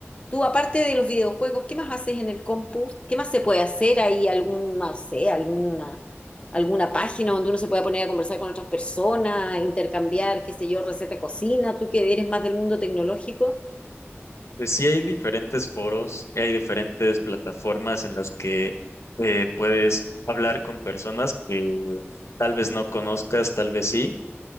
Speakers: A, on the left; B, on the left.
A: Tú, aparte de los videojuegos, ¿qué más haces en el compu? ¿Qué más se puede hacer? ahí? algún, no sé, alguna, alguna página donde uno se pueda poner a conversar con otras personas, intercambiar, qué sé yo, receta de cocina? Tú que eres más del mundo tecnológico.
B: Pues sí hay diferentes foros y hay diferentes plataformas en las que eh, puedes hablar con personas que tal vez no conozcas, tal vez sí.